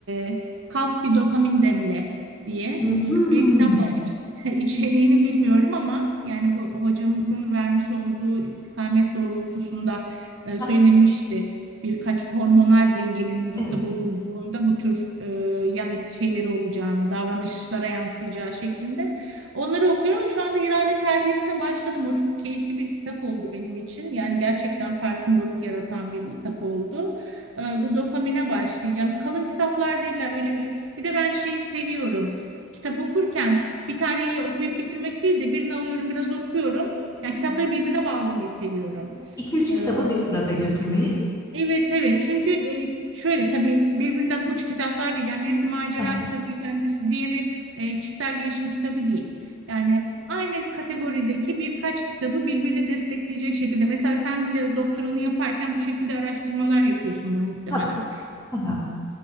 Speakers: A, on the right; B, on the left.
A: e, kalk bir dopamin demle diye
B: Hmm.
A: bir kitap var. İç- <laughs> içeriğini bilmiyorum ama yani bu hocamızın vermiş olduğu istikamet doğrultusunda e,
B: Hı
A: söylemişti.
B: hı.
A: Birkaç hormonal dengenin vücutta
B: Evet.
A: bozulduğunda bu tür e, yan et şeyleri olacağını, davranışlara yansıyacağı şeklinde. Onları okuyorum. Şu anda irade terbiyesine başladım. O çok keyifli bir kitap oldu benim için. Yani gerçekten farkındalık yaratan bir kitap oldu e, bu dopamine başlayacağım. Kalın kitaplar değiller böyle bir, bir de ben şeyi seviyorum. Kitap okurken bir taneyi okuyup bitirmek değil de birini alıyorum biraz okuyorum.
B: Hı
A: Yani kitapları
B: hı.
A: birbirine bağlamayı seviyorum.
B: İki üç kitabı
A: E,
B: bir arada götürmeyi.
A: Evet evet çünkü e, şöyle tabii birbirinden uç kitaplar değil. Yani birisi macera
B: Hı hı.
A: kitabı kendisi diğeri e, kişisel gelişim kitabı değil. Yani aynı kategorideki birkaç kitabı birbirini destekleyecek şekilde. Mesela sen bile doktoranı yaparken bu şekilde araştırmalar yapıyorsundur muhtemelen.
B: Tabii. Hı hı.